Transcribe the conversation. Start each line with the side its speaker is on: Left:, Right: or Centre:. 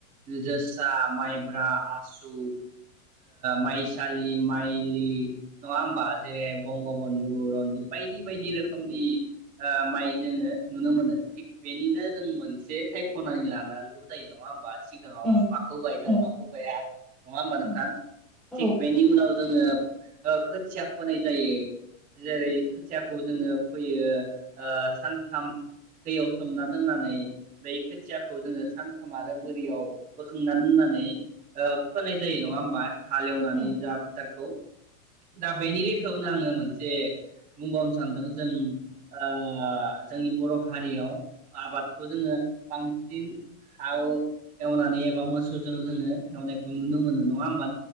Right: जोसा माइ ब्रा आसु माइसालि माइलि नङा होमबा जेरैहाय बंग बन्धु बाय बायदि बायदि रोखोमनि ओ माइ जोङो नुनो मोनो थिग बेनिनो जों मोनसे थाइगं खनानै लानांगौ जायो नङा होमबा सिगाङाव
Centre: औ
Right: माखौ गायगोन
Centre: औ
Right: बा हगाया नङा होमबा
Centre: औ
Right: नोंथां
Centre: खोनादों
Right: थिग बेनि उनाव जोङो। ओ खोथिया फोनाय जायो। जेरै खोथियाखौ जोङो फैयो ओ सानथाम दैयाव सोमना दोननानै बै खोथियाखौ जोङो सान आरो बोरियाव बोखांनानै दोननानै ओ फोनाय जायो नङा होमबा। हालेवनानै
Centre: औ
Right: जा फोथारखौ। दा बेनि लेखायावनो आङो मोनसे बुंबावनो सानदों जों ओ जोंनि बर हारियाव आबादखौ जोङो बांसिन हाल एवनानै एबा मोसौजों जोङो नुनो मोनो नङा होनबा?